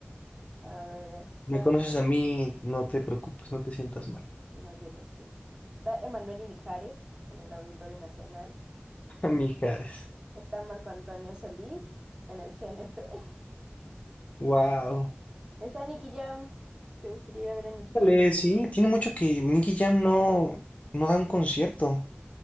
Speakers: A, on the right; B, on the left.
A: A ver, está...
B: Me conoces a mí, no te preocupes, no te sientas mal.
A: No, yo lo sé. Está Emanuel y Mijares en el Auditorio Nacional.
B: <laughs> Amigas,
A: Está Marco Antonio Solís en el GNP. <laughs>
B: wow.
A: Está Nicky Jam. ¿Te gustaría ir a ver a Nicky
B: Vale,
A: Jam?
B: sí, tiene mucho que Nicky Jam no, no da un concierto.